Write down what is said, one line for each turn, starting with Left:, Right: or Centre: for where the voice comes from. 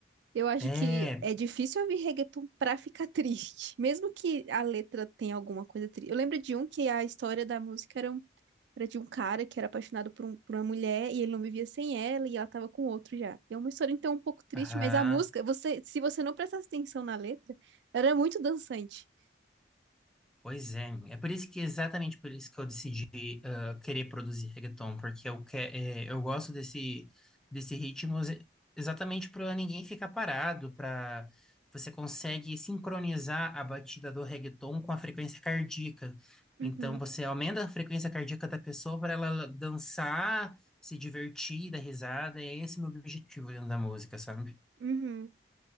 Right: Eu acho
Centre: É,
Right: que é difícil ouvir reggaeton pra ficar <laughs> triste, mesmo que a letra tenha alguma coisa triste. Eu lembro de um que a história da música era, um- era de um cara que era apaixonado por, um- por uma mulher e ele não vivia sem ela e ela tava com outro já. E é uma história então um pouco triste,
Centre: aham,
Right: mas a música, você, se você não prestasse atenção na letra, era muito dançante.
Centre: pois é. É por isso que, exatamente por isso que eu decidi querer produzir reggaeton, porque eu, que, é, eu gosto desse, desse ritmo ex- exatamente para ninguém ficar parado, para você consegue sincronizar a batida do reggaeton com a frequência cardíaca.
Right: Uhum,
Centre: Então você aumenta a frequência cardíaca da pessoa para ela dançar, se divertir, dar risada, e esse é esse o meu objetivo dentro da música, sabe?
Right: uhum.